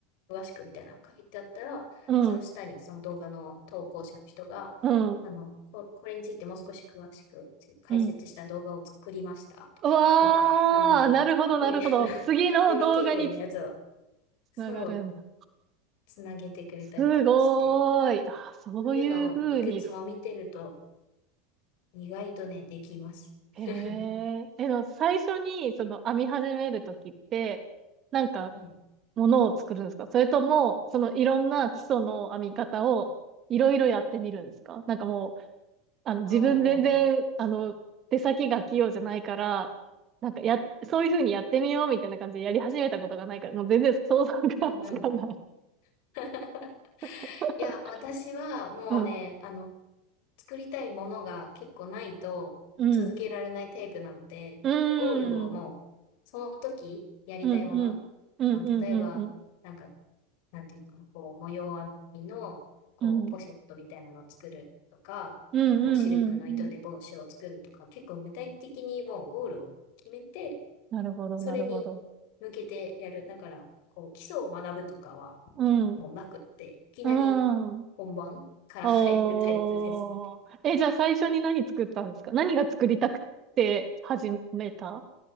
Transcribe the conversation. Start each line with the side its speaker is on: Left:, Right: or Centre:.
Left: 詳しくみたいなの書いてあったら、
Right: うん、
Left: その下にその動画の投稿者の人が、
Right: うん、
Left: あの、こ、れについてもう少し詳しく解説した動画を作りましたとか言って、
Right: うん。うわあ、
Left: <laughs> あの、
Right: なるほど、
Left: 丁寧な
Right: なるほど。次の動画に
Left: <laughs> より丁寧なやつを、そう、
Right: つながるんだ。
Left: つなげてくれたりとかして、
Right: すごーい。あ、そういうふうにす。
Left: そういうのをいくつも見てると、意外とね、できます。
Right: へえ。
Left: <laughs>
Right: えの、最初に、その、編み始めるときって、なんか、
Left: はい。
Right: ものを作るんですかそれとも、その、いろんな基礎の編み方を、いろいろやってみるんですかなんかもう、あの、自分全然、
Left: ああ、
Right: あの、手先が器用じゃないから、なんか、や、そういうふうにやってみようみたいな感じでやり始めたことがないから、もう全然想像がつかない。
Left: うんうん。<laughs>
Right: <laughs>
Left: いや、私はもうね、
Right: うん。
Left: あの、作りたいものが結構ないと続けられないタイプなので、
Right: うん。うーん。
Left: ゴールをもう、その時やりたいもの、
Right: うんうん。うんうんうんうん。
Left: まあ、例えば、なんか、なんていうのかな、こう、模様編みの、こう、
Right: うん。
Left: ポシェットみたいなのを作るとか、
Right: うんうんうんうん。
Left: こう、シルクの糸で帽子を作るとか、結構具体的にもうゴールを決めて、
Right: なるほど、
Left: それに
Right: なるほど。
Left: 向けてやる。だから、こう、基礎を学ぶとかは
Right: うん。
Left: もうなくって、いきなり
Right: うん。
Left: 本番から入るタイプです。
Right: おー。え、じゃあ最初に何作ったんですか何が作りたくて始めた